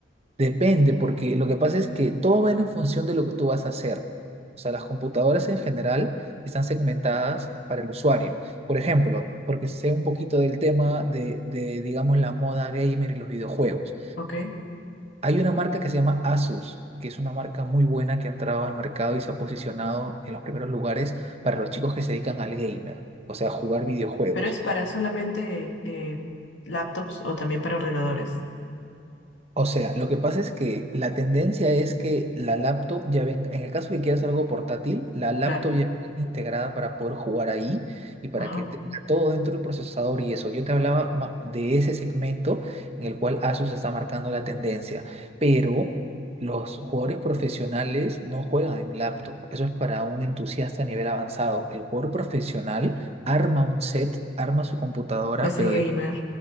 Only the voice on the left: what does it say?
Ok.
Pero es para solamente eh, laptops o también para ordenadores.
Claro.
Ajá.
PC
gamer.